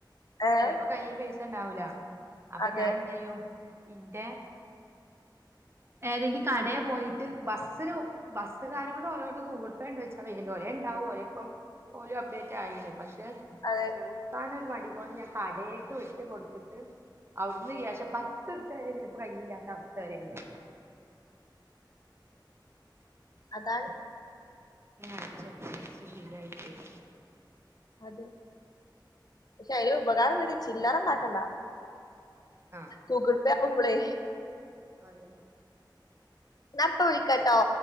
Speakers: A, on the left; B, on the right.
A: ഏഹ്
B: ചിലപ്പോ കയ് പ ഉണ്ടാവില്ല അപ്പൊ
A: അതെ
B: ഞാൻ എന്ത ചെയ്യും ഇന്റെ ഏതെങ്കി കടയെ പോയിട്ട് ബസ്സിന് ബസ്കാരോണ്ട് ഓരോട് ഗൂഗിൾ പേ ഉണ്ട് വെച്ച വേല ഒരേ ഉണ്ടാവും ഓരോ അപ്പം ഓല അപ്ഡേറ്റ് ആയില്ല
A: അതെ
B: ചോദിക്കാൻ ഒരു മടി ണ്ട് ഞാൻ കടക്ക് വിട്ട് കൊടുത്തിട്ട് അവിടുന്ന് യാശ പത്ത്ർക്ക് വരെ ചിലപ്പോ കയ്യില്ലാത്ത അവസ്ഥ വരെണ്ട്
A: അതാാണ്
B: <inaudible> ശീലായിട്ടേയ്
A: അതെ പക്ഷെ അയില് ഉപകാരം എന്താ വെച് ചില്ലറ ഉണ്ടാക്കണ്ട
B: ആ
A: ഗൂഗിൾ പേ ആവുമ്പളേ
B: അതന്നെ
A: ദാ ഇപ്പ വിളിക്കാട്ടോ